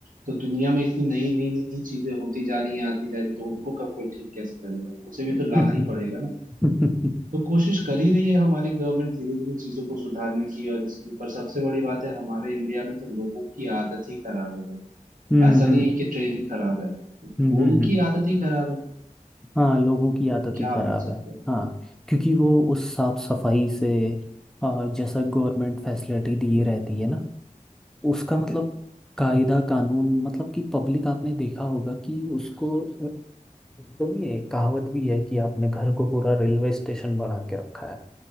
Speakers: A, on the right (about 80°); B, in the centre.
A: तो दुनिया में इतनी नई नई नई चीजें होती जा रही हैं आती जा रही हैं, तो उनको कब कोई ठीक कैसे करेगा उसे भी तो लाना
B: <laughs>
A: ही पड़ेगा ना
B: हम्म
A: तो कोशिश कर ही रही है हमारी गवर्नमेंट धीरे धीरे चीजों को सुधारने की और इसकी पर सबसे बड़ी बात है हमारे इंडिया में तो लोगों की आदत ही खराब है भाई
B: हम्म
A: ऐसा नहीं
B: हम्म
A: है कि ट्रेन खराब है
B: हम्म,
A: वो
B: हम्म,
A: उनकी
B: हम्म।
A: आदत ही खराब है
B: हाँ लोगों की आदत
A: क्या
B: ही खराब
A: बोल सकते
B: है
A: हैं
B: हाँ क्योंकि वो उस साफ सफाई से आ, जैसा गवर्नमेंट फैसिलिटी दी रहती है ना उसका मतलब कायदा कानून मतलब कि पब्लिक आपने देखा होगा कि उसको आ, सुनिए एक कहावत भी है कि आपने घर को पूरा रेलवे स्टेशन बना के रखा है <laughs>